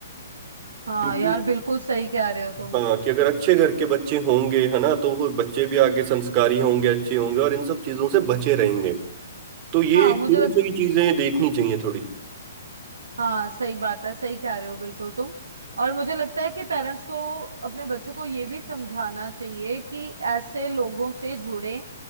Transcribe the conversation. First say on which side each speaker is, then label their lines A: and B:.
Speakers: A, on the right; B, on the right.
A: हाँ
B: क्योंकि
A: यार बिल्कुल सही कह रहे हो तुम
B: हाँ कि अगर अच्छे घर के बच्चे होंगे है ना तो वो बच्चे भी आगे संस्कारी होंगे अच्छे होंगे और इन सब चीजों से बचे रहेंगे तो ये
A: हाँ
B: शुरू
A: मुझे लगता
B: से ही चीजें देखनी चाहिए थोड़ी
A: हाँ सही बात है सही कह रहे हो बिल्कुल तुम और मुझे लगता है कि पेरेंट्स को अपने बच्चों को ये भी समझाना चाहिए कि ऐसे लोगों से जुड़े